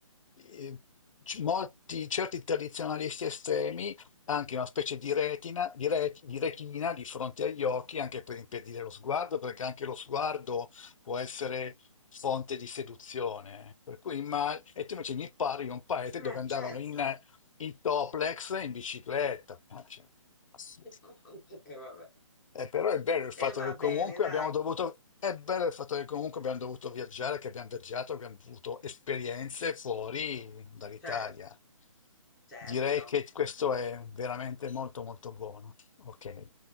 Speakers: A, on the left; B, in the centre.
A: eh, c- molti, certi tradizionalisti estremi anche una specie di retina, di, re- di retina di fronte agli occhi, anche per impedire lo sguardo, perché anche lo sguardo può essere fonte di seduzione. Per cui immag- e tu invece mi parli di un paese dove
B: Eh,
A: andavano
B: certo.
A: in, in toplex e in bicicletta. Ah, cioè, assurdo.
B: <laughs> E vabbè.
A: Eh, però è bello il fatto
B: E va
A: che
B: bene,
A: comunque
B: dai.
A: abbiamo dovuto, è bello il fatto che comunque abbiamo dovuto viaggiare, che abbiamo viaggiato, abbiamo avuto esperienze fuori dall'Italia.
B: Certo, certo.
A: Direi che questo è veramente molto molto buono. Ok.